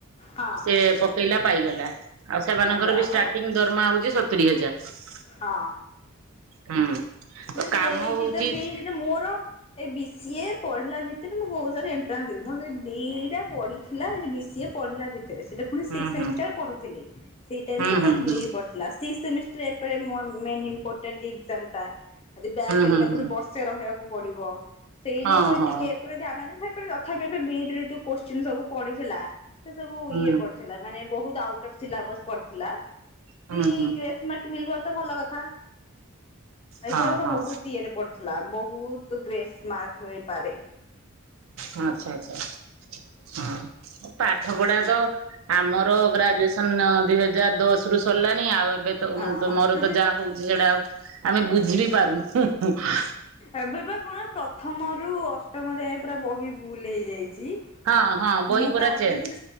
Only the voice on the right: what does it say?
ସେ ପକେଇଲା ପାଇଗଲା। ଆଉ ସେମାନଙ୍କର
ବି ଷ୍ଟାର୍ଟିଂ
ଦରମା ହଉଚି ସ ତୁରୀ ହଜାର।
ହୁଁ।
କାମ
ହଉଛି
ହୁଁ
ହୁଁ
ହୁଁ
ହୁଁ ହୁଁ
ହୁଁ ହୁଁ ହୁଁ।
ହଁ
ହଁ
ହୁଁ
ହୁଁ
ହୁଁ
ହଁ
ହଁ।
ହଁ ଆଚ୍ଛା ଆଚ୍ଛା ହଁ ପାଠ ପଢା ର ଆମର ଗ୍ରାଜୁଏସନ୍ ନା ଦୁଇ ହଜାର ଦଶରୁ ସରିଲାଣି ଆଉ ଏବ୍ ଏବେ ତ
ତ ମୋର ତ ଯାହା ହଉଚି, ସେଇଟା ଆଉ ଆମେ ବୁଝି ବିି ପାରୁନୁ, ହୁଁ ହୁଁ।
ହଁ ହଁ ବହି
ପୁରା
ଚେଞ୍ଜ